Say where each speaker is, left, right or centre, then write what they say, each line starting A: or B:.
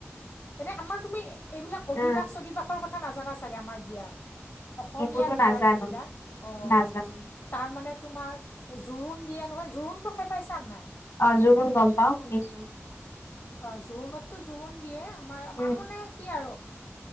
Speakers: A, on the left; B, on the left.
A: এনে আমাৰ তুমি এইবিলাক অধিবাস
B: উম,
A: চদিবাসৰ কথা কথা নাজানা চাগে আমাৰ বিয়াৰ অসমীয়া
B: এইবোৰতো
A: বিয়াৰ
B: নাজানো
A: যিবিলাক অ
B: নাজানো।
A: তাৰ মানে তোমাৰ জোৰোণ দিয়ে নহয় জোৰোণটো খাই পাইছা নাই
B: অ জোৰণ গম পাও শুনিছো
A: অ জোৰোণতো জোৰোণ দিয়ে আমাৰ মাৰানে
B: উম,
A: কি আৰু